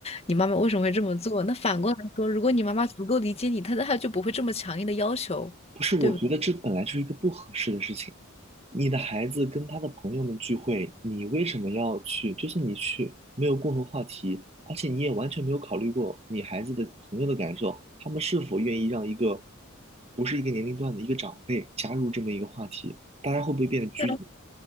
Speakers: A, on the left (about 30°); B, on the right (about 30°).
A: 你妈妈为什么会这么做。那反过来说，如果你妈妈足够理解你，她她就不会这么强硬的要求，
B: 不是，我觉得这本来就是一个不合适的事情。
A: 对不对？
B: 你的孩子跟他的朋友们聚会，你为什么要去？就是你去没有共同话题，而且你也完全没有考虑过你孩子的朋友的感受，他们是否愿意让一个不是一个年龄段的一个长辈加入这么一个话题，大家会不会变得拘谨？
A: 对